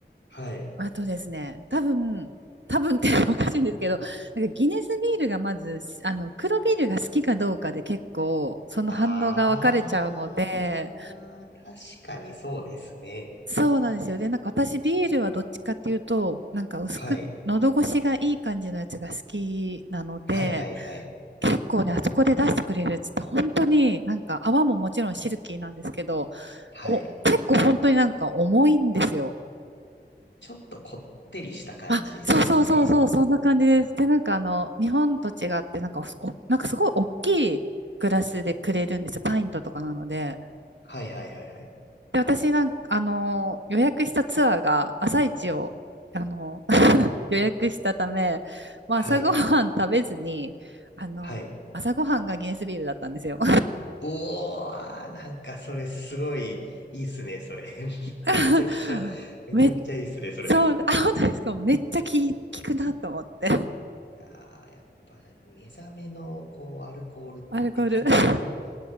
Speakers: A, on the left (about 75°); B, on the right (about 80°).
A: はい。
B: あとですね、多分、多分って <laughs> おかしいんですけど、なんかギネスビールがまず、あの、黒ビールが好きかどうかで結構、その反応が分かれちゃうので、
A: あー、確かにそうですね。
B: そうなんですよ。で、なんか私ビールはどっちかっていうと、なんか薄く、
A: はい。
B: 喉越しがいい感じのやつが好きなので、
A: はいはいはい。
B: 結構ね、あそこで出してくれるっつって、本当になんか泡ももちろんシルキーなんですけど、
A: はい。
B: お、結構本当になんか重いんですよ。
A: ちょっとこってりした感じですよね。
B: あ、そうそうそうそう、そんな感じです。で、なんかあの、日本と違って、なんかお、なんかすごい大きいグラスでくれるんですよ。パイントとかなので。
A: はいはいはいはい。
B: で、私なんか、あの、予約したツアーが朝一を、あの、<laughs> 予約したため、まあ、
A: はい。
B: 朝ごはん食べずに、あの、
A: はい。
B: 朝ごはんがギネスビールだったんですよ。
A: おー、なんかそれすごいいいっすね、それ。
B: <laughs>
A: <laughs> めちゃくちゃ、めちゃくちゃいいっすね、
B: めっ
A: それ。
B: そう、あ、本当ですか。めっちゃき効くなと思って。
A: いやー、やっぱ目覚めのこうアルコールって結構
B: アルコール。<laughs>